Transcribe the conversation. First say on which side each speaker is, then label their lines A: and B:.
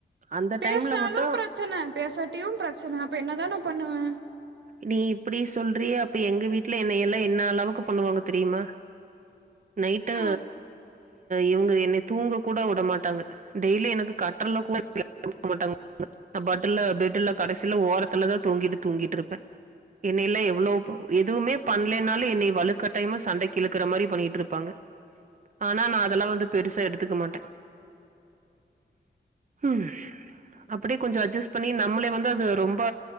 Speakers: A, on the right (about 45°); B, on the right (about 80°).
A: அந்த
B: பேசினாலும்
A: டைம்ல மட்டு
B: பிரச்சன பேசட்டு டியும் பிரச்சன அப்ப என்ன தா நா பண்ணுவேன்
A: நீ இப்டி சொல்றியே அப்ப எங்க வீட்ல என்ன எல்லா என்ன அளவுக்கு பண்ணுவாங்க தெரியுமா நைட்டு
B: ம்
A: இவங்க என்ன தூங்க கூட வுட மாட்டாங்க டெய்லி என்ன கட்டில்ல கூட <unintelligible> மாட்டாங்க நா பட்டல பெட்டல கடைசியில ஓரத்துல தா தூங்கிட்டு தூங்கிட்டு இருப்பேன் என்னைல்லா எவ்ளோ எதுவுமே பண்ணலைனாலும் என்னைய வலுக்கட்டாயமா சண்டைக்கு இழுக்குற மாரி பண்ணிட்டு இருப்பாங்க ஆனா நா அதெல்லா வந்து பெருசா எடுத்துக்க மாட்டேன் ம் அப்டியே கொஞ்சோ அட்ஜஸ் பண்ணி நம்மளே வந்து அது ரொம்ப